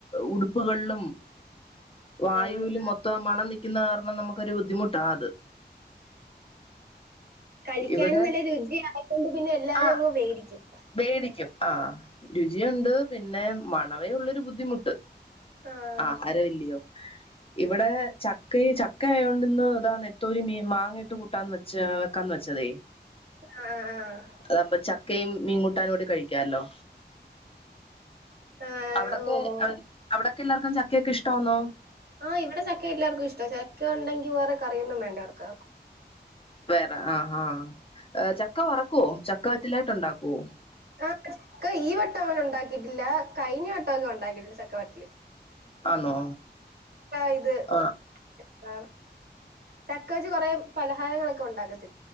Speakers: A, on the left (about 30°); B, on the right (about 60°).
A: ഉടുപ്പുകളിലും വായുവിലും
B: ആ, അതാ
A: മൊ ത്തം ആ മണം നിക്കുന്ന കാരണം നമുക്കൊരു ബുദ്ധിമുട്ടാ അത്.
B: കഴിക്ക്യാനും
A: ഇവിടെ
B: നല്ല രുചിയായതോണ്ട് പിന്നെ എല്ലാരും
A: ആഹ്
B: അങ്ങ് വേടിക്കും.
A: വേടിക്കും ആഹ്. രുചിയുണ്ട് പിന്നെ മണവേ ഉള്ളൊരു ബുദ്ധിമുട്ട്.
B: ആഹ്.
A: ആഹാരവല്ലിയോ. ഇവിടെ ചക്കയ് ചക്ക ആയോണ്ടിന്ന് ദാ നത്തോലി മീ മാങ്ങയിട്ട് കൂ ട്ടാൻ വെച്ച് വെക്കാംന്ന് വെച്ചതേ.
B: ആഹ് ആഹ്.
A: അതാവുമ്പം ചക്കയും മീൻകൂട്ടാനും കൂടി കഴിക്കാല്ലോ.
B: ആഹ്
A: അവിടൊക്കെ
B: ഓ ഓ
A: എൽ അവിടൊക്കെ എല്ലാർക്കും ചക്കയൊക്കെ ഇഷ്ടവാന്നോ?
B: ആഹ് ഇവിടെ ചക്ക എല്ലാർക്കും ഇഷ്ടാ. ചക്ക ഉണ്ടെങ്കി വേറെ കറിയൊന്നും വേണ്ട ഇവർക്കാർക്കും.
A: വേറെ, ആഹ്ഹാ. ചക്ക വറ്ക്കുവോ ചക്ക വറ്റലായിട്ട് ഉണ്ടാക്കുവോ?
B: ആഹ് ചക്ക ഈ വട്ടം അങ്ങനെ ഉണ്ടാക്കിയിട്ടില്ല കഴിഞ്ഞ വട്ട ഒക്കെ ഉണ്ടാക്കിട്ടുണ്ട് ചക്ക വറ്റല്.
A: ആന്നോ.
B: <unintelligible> ഇത്
A: ആഹ്
B: എന്താ ചക്ക വെച്ച് കൊറെ പലഹാരങ്ങളൊക്കെ ഉണ്ടാക്കത്തി